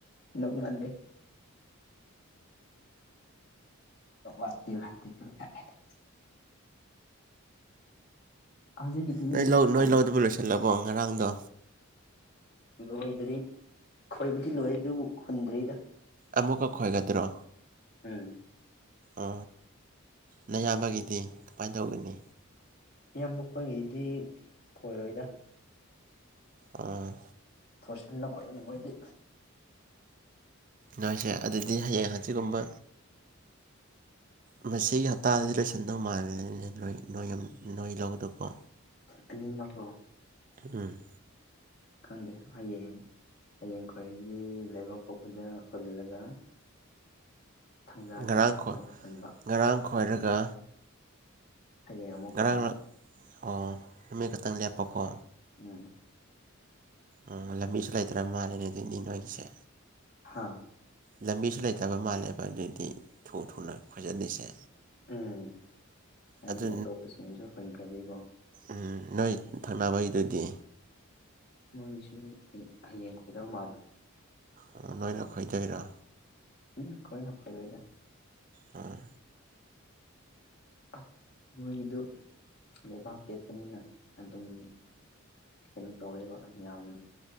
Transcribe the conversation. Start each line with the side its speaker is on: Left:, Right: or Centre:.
Left: ꯅꯣꯛꯃꯜꯂꯦ ꯋꯥꯠꯇꯦ ꯋꯥꯠꯇꯦ ꯀꯦꯝ ꯀꯥꯏꯗꯦ ꯍꯧꯖꯤꯛꯀꯤꯗꯨꯗꯤ
Right: ꯅꯣꯏ ꯂꯧ ꯅꯣꯏ
Left: ꯑꯣꯏꯗ
Right: ꯂꯧꯗꯨꯕꯨ ꯂꯣꯏꯁꯜꯂꯕꯣ ꯉꯔꯥꯡꯗꯣ
Left: ꯂꯣꯏꯗ꯭ꯔꯤ ꯈꯣꯏꯕꯗꯤ ꯂꯣꯏꯔꯦ ꯑꯗꯨꯕꯨ ꯍꯨꯟꯗ꯭ꯔꯤꯗ
Right: ꯑꯃꯨꯛꯀ ꯈꯣꯏꯒꯗ꯭ꯔꯣ
Left: ꯎꯝ
Right: ꯑ ꯅꯌꯥꯝꯕꯒꯤꯗꯤ ꯀꯃꯥꯏ ꯇꯧꯒꯅꯤ
Left: ꯏꯌꯥꯝꯕ ꯈꯣꯏꯒꯤꯗꯤ ꯈꯣꯏꯔꯣꯏꯗ
Right: ꯑ
Left: ꯐꯣꯔꯁꯟꯅ ꯈꯣꯏꯔꯅꯤ ꯃꯣꯏꯗꯤ
Right: ꯅꯣꯏꯁꯦ ꯑꯗꯨꯗꯤ ꯍꯌꯦꯡ ꯍꯪꯆꯤꯠ ꯀꯨꯝꯕ ꯉꯁꯤꯒꯤ ꯍꯞꯇꯥꯗꯗꯤ ꯂꯣꯏꯁꯟꯗꯧ ꯃꯥꯜꯂꯦꯅꯦ ꯅꯣꯏ ꯅꯣꯏꯌꯝ ꯅꯣꯏ ꯂꯧꯗꯣꯀꯣ
Left: ꯑꯅꯤ ꯃꯛꯂꯣ
Right: ꯎꯝ
Left: ꯈꯪꯗꯦ ꯍꯌꯦꯡ ꯍꯌꯦꯡ ꯈꯣꯏꯔꯅꯤ ꯂꯩꯕꯥꯛꯄꯣꯛꯄꯗ ꯍꯨꯜꯂꯒ ꯊꯪꯖꯥꯗ
Right: ꯉꯔꯥꯡ
Left: ꯑꯃꯁꯨ
Right: ꯈꯣꯏ
Left: ꯍꯨꯟꯕ
Right: ꯉꯔꯥꯡ ꯈꯣꯏꯔꯒ
Left: ꯍꯌꯦꯡ ꯑꯃꯨꯛ
Right: ꯉꯔꯥꯡ
Left: ꯍꯨꯟꯅꯤꯡꯉ
Right: ꯑꯣ ꯅꯨꯃꯤꯠ ꯈꯛꯇꯪ ꯂꯦꯞꯄꯀꯣ
Left: ꯎꯝ
Right: ꯎꯝ ꯂꯝꯕꯤꯁꯨ ꯂꯩꯇ꯭ꯔ ꯃꯥꯜꯂꯦꯅꯦ ꯑꯗꯨꯗꯤ ꯅꯣꯏꯒꯤꯁꯦ
Left: ꯍꯥꯥ
Right: ꯂꯝꯕꯤꯁꯨ ꯂꯩꯇꯕ ꯃꯥꯜꯂꯦꯕ ꯑꯗꯨꯗꯤ ꯊꯨ ꯊꯨꯅ ꯈꯣꯏꯖꯜꯂꯤꯁꯦ
Left: ꯎꯝ ꯍꯥꯏꯗꯤ
Right: ꯑꯗꯨ
Left: ꯑꯇꯣꯞꯄ ꯁꯤꯡꯁꯨ ꯍꯨꯟꯈ꯭ꯔꯗꯤꯀꯣ
Right: ꯎꯝ ꯅꯣꯏ ꯊꯪꯅꯕꯩꯗꯨꯗꯤ
Left: ꯃꯣꯏꯁꯨ ꯍ ꯍꯌꯦꯡ ꯈꯣꯏꯗꯧ ꯃꯥꯜꯂꯦ
Right: ꯑꯣ ꯅꯣꯏꯅ ꯈꯣꯏꯗꯣꯏꯔꯣ
Left: ꯎꯝ ꯈꯣꯏꯅ ꯈꯣꯏꯔꯣꯏꯗ
Right: ꯑ
Left: ꯑ ꯃꯣꯏꯒꯤꯗꯣ ꯂꯩꯕꯥꯛ ꯄꯦꯠꯄꯅꯤꯅ ꯑꯗꯨꯝ ꯀꯩꯅꯣ ꯇꯧꯋꯦꯕ ꯌꯥꯝ